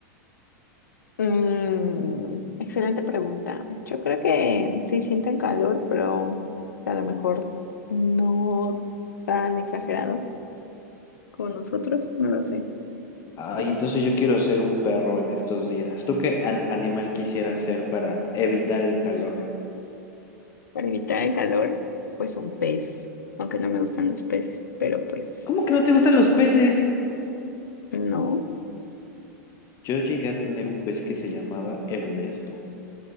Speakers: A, on the left; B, on the left.
A: Mm, excelente pregunta. Yo creo que sí sienten calor, pero o sea, a lo mejor no tan exagerado como nosotros, no lo sé.
B: Ay,
A: No lo
B: entonces
A: sé.
B: yo quiero ser un perro en estos días. ¿Tú qué an- animal quisiera ser para evitar el calor?
A: Para evitar el calor, pues un pez, aunque no me gustan los peces, pero pues
B: ¿Cómo que no te gustan los peces?
A: no.
B: Yo llegué a tener un pez que se llamaba Ernesto.